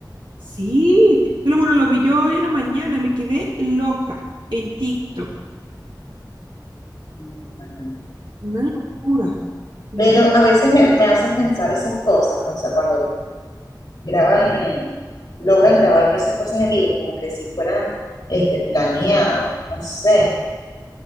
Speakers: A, on the right; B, on the left.
A: Sí, solo bueno, lo vi yo hoy en la mañana y me quedé loca en TikTok.
B: me imagino.
A: Una locura. Primero,
B: Pero a veces me, me hace pensar esas cosas, o sea, cuando graban, mm, logran grabar esas cosas en vivo, como que si fueran este, planeado, no sé,